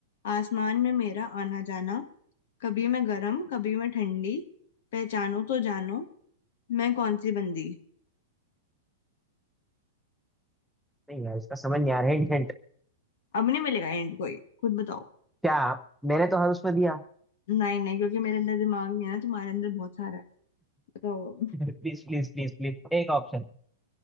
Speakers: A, on the left; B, in the centre.
A: आसमान में मेरा आना जाना कभी मैं गरम कभी मैं ठंडी पहचानो तो जानो मैं कौन सी बंदी
B: नहीं यार इसका समझ नहीं आ रहा Hint hint
A: अब नहीं मिलेगा एंड कोई खुद बताओ
B: क्या आप- मैंने तो हर उसमें दिया
A: नहीं नहीं क्योंकि मेरे अंदर दिमाग नहीं है ना तुम्हारे अंदर बहुत सारा है बताओ
B: <laughs> प्लीज प्लीज प्लीज प्लीज एक ऑप्शन